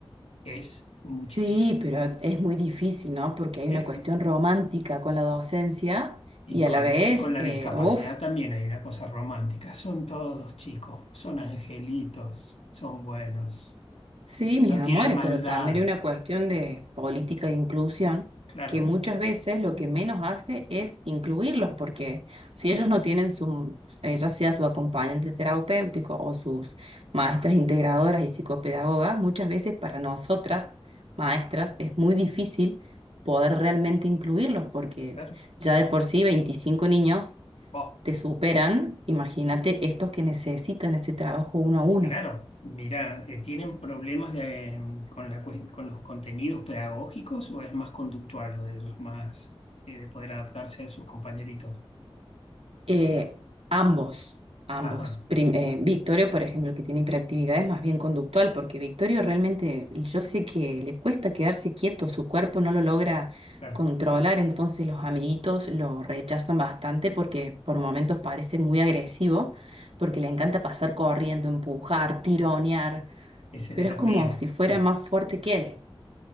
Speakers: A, on the left; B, on the right.
A: Es muchísimo.
B: Sí, pero es muy difícil, ¿no? Porque hay
A: Eh,
B: una cuestión romántica con la docencia
A: y
B: y
A: con
B: a la vez,
A: la, y con la discapacidad
B: uff,
A: también hay una cosa romántica. Son todos chicos, son angelitos, son buenos,
B: Sí, mis
A: no
B: amores,
A: tienen maldad.
B: pero también hay una cuestión de política de inclusión
A: Claro,
B: que muchas veces lo que menos hace es incluirlos, porque si ellos no tienen su, eh, ya sea su acompañante terapéutico o sus maestras integradoras y psicopedagogas, muchas veces para nosotras, maestras, es muy difícil poder realmente incluirlos, porque
A: claro.
B: ya de por sí 25 niños
A: Vos,
B: te superan, imagínate estos que necesitan ese trabajo uno a uno.
A: claro, mira, eh, ¿tienen problemas de, em, con la, cues- con los contenidos pedagógicos o es más conductual lo de ellos, más eh, de poder adaptarse a sus compañeritos?
B: Eh, ambos, ambos.
A: Ajá,
B: Prim- eh, Victorio, por ejemplo, que tiene hiperactividad, es más bien conductual, porque Victorio realmente, yo sé que le cuesta quedarse quieto, su cuerpo no lo logra
A: claro,
B: controlar, entonces los amiguitos lo rechazan bastante porque por momentos parece muy agresivo, porque le encanta pasar corriendo, empujar, tironear,
A: ese es
B: pero
A: de los
B: es como
A: míos.
B: si fuera
A: Es,
B: más fuerte que él.